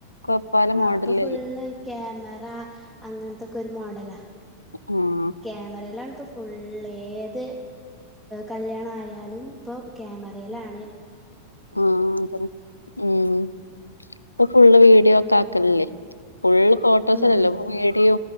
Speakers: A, on the left; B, in the centre.
A: കൊപ്പാല
B: ആ
A: മോഡലല്ലേ
B: ഇപ്പൊ ഫുള്ള് ക്യാമറ അങ്ങനത്തൊക്കെ ഒരു മോഡലാ.
A: മം
B: ക്യാമറെലാണ് ഇപ്പോ ഫുള്ള് ഏത് കല്യാണ ആയാലും ഇപ്പൊ ക്യാമാറെലാണ്.
A: ആ <unintelligible> എ ഇപ്പൊ ഫുള്ള് വീഡിയോ ഒക്കെ ആക്കൽലില്ലേ ഫുൾ ഫോട്ടോസന്നെല്ലോ
B: ഉം
A: ഇപ്പോ വീഡിയോ